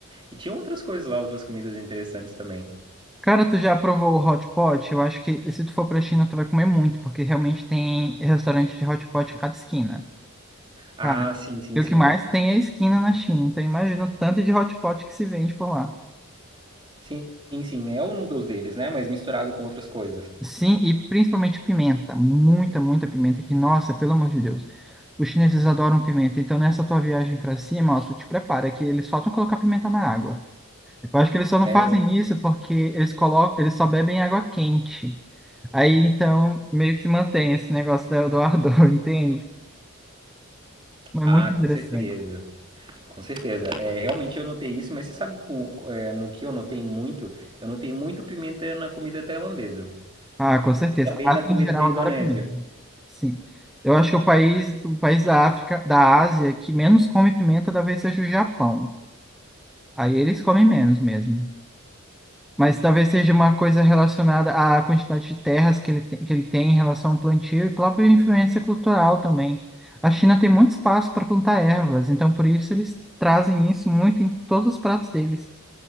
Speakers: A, on the right; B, in the centre.
A: E tinha outras coisas lá, outras comidas interessantes também.
B: Cara, tu já provou o hot pot? Eu acho que se tu for pra China, tu vai comer muito, porque realmente tem restaurante de hot pot em cada esquina.
A: Ah,
B: Cara,
A: sim, sim,
B: e o
A: sim.
B: que mais tem é esquina na China, então imagina o tanto de hot pot que se vende por lá.
A: Sim, sim, é o noodles deles, né, mas misturado com outras coisas.
B: Sim, e principalmente pimenta. Muita, muita pimenta, que, nossa, pelo amor de Deus. Os chineses adoram pimenta, então nessa tua viagem pra cima, ó, tu te prepara, que eles faltam colocar pimenta na água. Eu acho que eles só
A: Sério?
B: não fazem isso porque eles colocam, eles só bebem água quente. Aí então meio que se mantém esse negócio da Eldorado, <laughs> entende? Mas
A: Ah,
B: muito
A: com
B: interessante.
A: certeza. Com certeza. É, realmente eu notei isso, mas você sabe com- é, no que eu notei muito? Eu notei muito pimenta na comida tailandesa.
B: Ah, com certeza.
A: Também
B: A
A: na
B: Ásia
A: comida
B: em geral
A: da Indonésia.
B: adora pimenta. Sim. Eu acho que o país, o país da África, da Ásia, que menos come pimenta talvez seja o Japão. Aí eles comem menos mesmo. Mas talvez seja uma coisa relacionada à quantidade de terras que ele tem, que ele tem em relação ao plantio e própria influência cultural também. A China tem muito espaço para plantar ervas, então por isso eles trazem isso muito em todos os pratos deles.